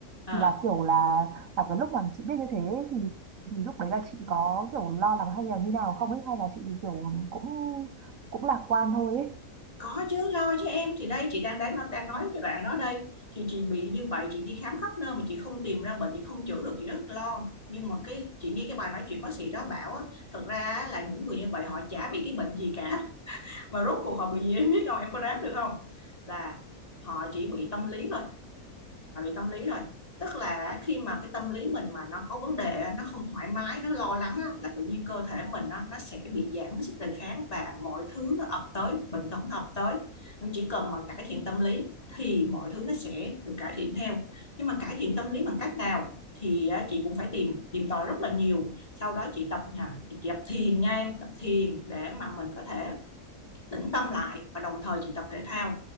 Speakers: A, on the left; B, on the right.
A: à,
B: thì là kiểu là là cái lúc mà chị biết như thế ấy, thì, thì lúc đấy là chị có kiểu lo lắng hay là như nào không ấy hay là chị kiểu cũng cũng lạc quan thôi ấy
A: có chứ lo cho em thì đây chị đang đang đang nói cái đoạn đó đây thì chị bị như vậy chị đi khám khắp nơi mà chị không tìm ra bệnh chị không chữa được chị rất lo nhưng mà cái chị nghe cái bài nói chuyện bác sĩ đó bảo á, thật ra là những người như vậy họ chả bị cái bệnh gì cả mà rốt cuộc họ bị gì em biết không em có đoán được không là họ chỉ bị tâm lý thôi họ bị tâm lý rồi tức là khi mà cái tâm lý mình mà nó có vấn đề nó không thoải mái nó lo lắng là tự nhiên cơ thể mình nó nó sẽ bị giảm cái sức đề kháng và mọi thứ nó ập tới bệnh tật nó ập tới Nên chỉ cần mà cải thiện tâm lý thì mọi thứ nó sẽ được cải thiện theo nhưng mà cải thiện tâm lý bằng cách nào thì chị cũng phải tìm tìm tòi rất là nhiều sau đó chị tập hả chị tập thiền nha em tập thiền để mà mình có thể tĩnh tâm lại và đồng thời chị tập thể thao